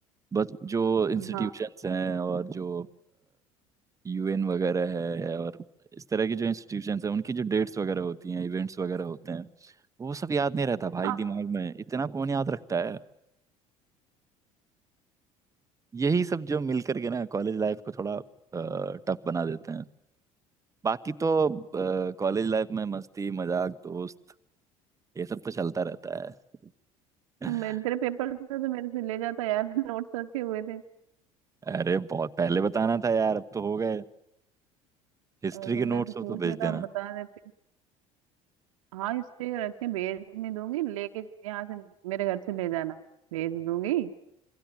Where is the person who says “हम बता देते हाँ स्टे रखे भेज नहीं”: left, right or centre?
Right